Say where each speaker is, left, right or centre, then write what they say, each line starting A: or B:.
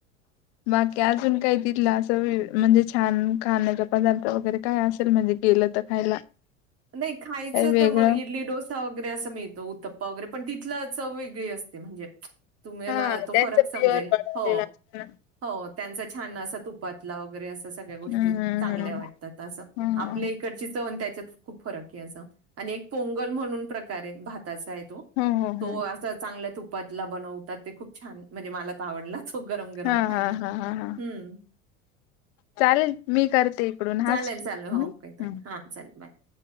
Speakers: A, on the left; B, on the right.
A: बाकी अजून काही तिथलं असं वे म्हणजे छान खाण्याचा पदार्थ वगैरे काय असेल, म्हणजे गेलं तर खायला.
B: नाही, खायचं
A: काही वेगळं.
B: तर मग इडली डोस सा वगैरे असं मिळतो, उतप्पा वगैरे, पण तिथलं चव वेगळी असते, म्हणजे तुम्हाला
A: हा
B: तो
A: त्यांचं
B: फरक समजेल,
A: प्युअर बनवलेलं
B: हो.
A: असतं ना.
B: हो, त्यांचा छान असा तुपातला वगैरे असं सगळ्या गोष्टीत
A: हम्म
B: चांगल्या वाटतात अस,
A: हम्म
B: आपले इकडची चव अनं त्याच्यात, खूप फरक आहे असं, आणि एक पोंगल म्हणून प्रकार आहे भाताचा आहे तो.
A: हो हो
B: तो
A: हो
B: अस चांगल्या तुपातला बनवतात, ते खूप छान म्हणजे मला तर आवडला खूप गरम-गरम
A: हा
B: खायला,
A: हा हा हा हा
B: हम्म.
A: चालेल मी करते इकडून हाच
B: चालेल चालेल
A: हम्म.
B: हो ओके ताई हा चालेल बाय.